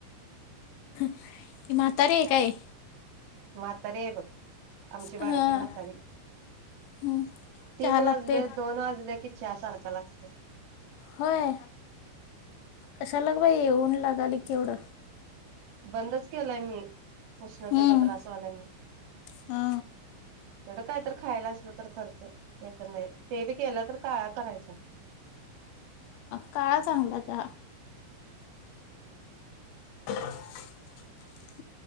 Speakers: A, on the left (about 80°); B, on the right (about 70°).
A: ही म्हातारी हाय काय?
B: हो आत आहे बघ आमची बारकी
A: हां
B: म्हातारी
A: हम्म.
B: तीन
A: चहा
B: वाजले
A: लागते
B: दोन वाजले कि चहा सारखा लागतोय.
A: होय कशाला बाइ ऊन लागायल केवढं?
B: बंदच केलाय मी उष्णतेचा
A: हम्म
B: त्रासवायला म्हण
A: हा
B: तेड काय तर खायला असल तर करते. हे तर नाही ते बी केलं तर काय करायचं?
A: काळा चांगला हा. <inaudible>